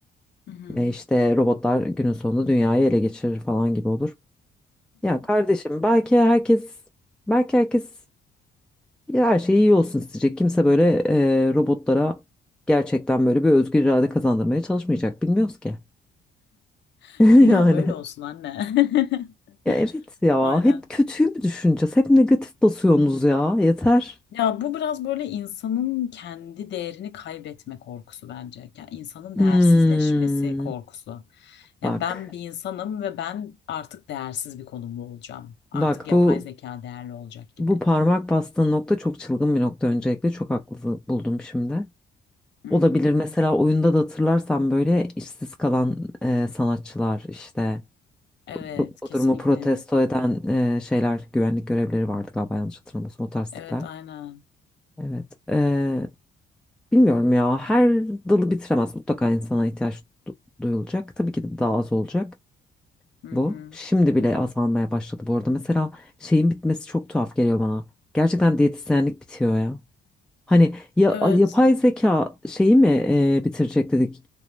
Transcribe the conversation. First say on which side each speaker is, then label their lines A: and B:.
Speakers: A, on the left (about 65°); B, in the centre.
A: hı hı.
B: Ve işte robotlar günün sonunda dünyayı ele geçirir falan gibi olur. Ya kardeşim belki herkes belki herkes Ya her şey iyi olsun isteyecek. Kimse böyle e, robotlara gerçekten böyle bir özgür irade kazandırmaya çalışmayacak. Bilmiyoruz ki.
A: <laughs>
B: <laughs>
A: Dünya
B: Yani.
A: böyle olsun anne.
B: Ya evet
A: <laughs>
B: ya.
A: Aynen.
B: Hep kötüyü mü düşüneceğiz? Hep negatif basıyorsunuz ya. Yeter.
A: Ya bu biraz böyle insanın kendi değerini kaybetme korkusu bence. Yani insanın
B: Hmm.
A: değersizleşmesi korkusu. Ya
B: Bak.
A: ben bir insanım ve ben artık değersiz bir konumda olacağım. Artık
B: Bak
A: yapay
B: bu
A: zeka değerli olacak gibi.
B: bu parmak bastığın nokta çok çılgın bir nokta öncelikle. Çok haklı buldum şimdi.
A: Hı
B: Olabilir
A: hı.
B: mesela oyunda da hatırlarsan böyle işsiz kalan e, sanatçılar işte
A: Evet,
B: Bu, bu
A: kesinlikle.
B: durumu protesto eden e, şeyler, güvenlik görevlileri vardı galiba yanlış hatırlamıyorsam o tarz
A: Evet,
B: tipler.
A: aynen.
B: Evet. E, bilmiyorum ya her dalı bitiremez. Mutlaka insana ihtiyaç du- duyulacak. Tabii ki de daha az olacak
A: Hı
B: bu.
A: hı.
B: Şimdi bile
A: Evet.
B: azalmaya başladı bu arada. Mesela şeyin bitmesi çok tuhaf geliyor bana. Gerçekten diyetisyenlik bitiyor ya. Hani ya,
A: Evet,
B: yapay zeka şeyi mi e, bitirecek dedik.